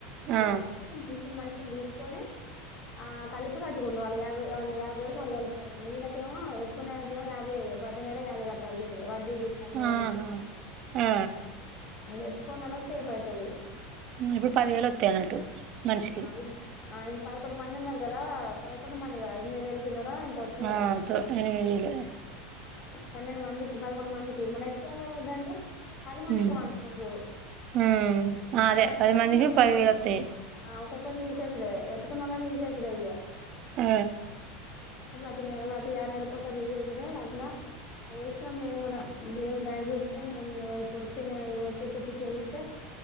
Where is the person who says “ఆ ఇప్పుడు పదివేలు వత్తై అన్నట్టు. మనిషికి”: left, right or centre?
Right